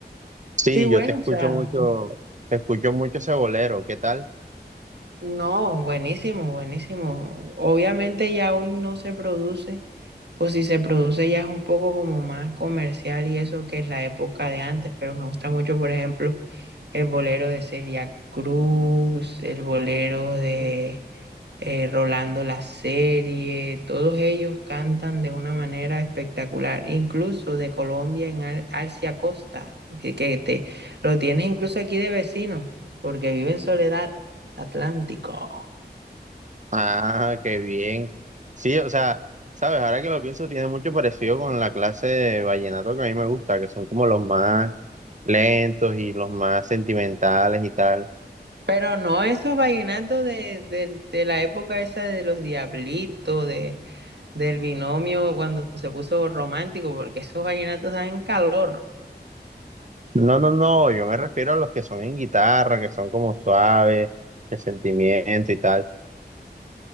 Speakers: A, on the right (about 45°); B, on the right (about 75°).
A: Sí,
B: Y bueno,
A: yo te escucho
B: o sea.
A: mucho, te escucho mucho ese bolero, ¿qué tal?
B: No, buenísimo, buenísimo. Obviamente ya hoy no se produce, o si se produce ya es un poco como más comercial y eso que es la época de antes, pero me gusta mucho, por ejemplo, el bolero de Celia Cruz, el bolero de eh, Rolando la Serie, todos ellos cantan de una manera espectacular, incluso de Colombia en Al Alcia Costa, que, que te lo tienes incluso aquí de vecino, porque vive en Soledad Atlántico.
A: Ah, qué bien. Sí, o sea, sabes, ahora que lo pienso, tiene mucho parecido con la clase de vallenato que a mí me gusta, que son como los más lentos y los más sentimentales y tal.
B: Pero no esos vallenatos de, de, de la época esa de los diablitos, de, del binomio cuando se puso romántico, porque esos vallenatos dan calor.
A: No, no, no, yo me refiero a los que son en guitarra, que son como suaves, de sentimiento y tal.